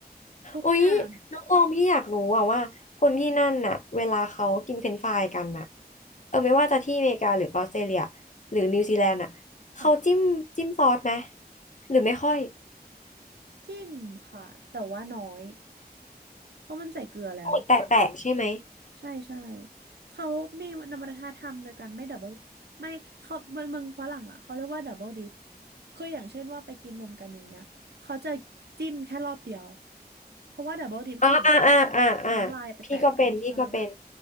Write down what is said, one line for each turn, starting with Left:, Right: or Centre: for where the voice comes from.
Right: ทุกอย่าง
Left: อุ๊ยน้องตองพี่อยากรู้อะว่าคนที่นั่นน่ะเวลาเขากินเฟรนช์ฟรายกันน่ะเออไม่ว่าจะที่อเมริกาหรือออสเตรเลียหรือนิวซีแลนด์น่ะเขาจิ้มจิ้มซอสไหม
Right: ค่ะ
Left: หรือไม่ค่อย
Right: จิ้มค่ะแต่ว่าน้อยเพราะมันใส่เกลือแล้ว
Left: เหมือนแตะแตะใช่ไหม
Right: ใช่ใช่เขามีนวัฒนธรรมโดยการไม่ดับเบิลไม่เขามันเมืองฝรั่งอ่ะเขาเรียกว่าดับเบิลดิปคืออย่างเช่นว่าไปกินรวมกันอย่างเงี้ยเขาจะจิ้มแค่รอบเดียวเพราะว่าดับเบิลดิปคือเหมือน
Left: อ่าอ่าอ่าอ่าอ่า
Right: เอาน้ำลายไปแตะอะไรใช่
Left: พี่ก็เป็นพี่ก็เป็น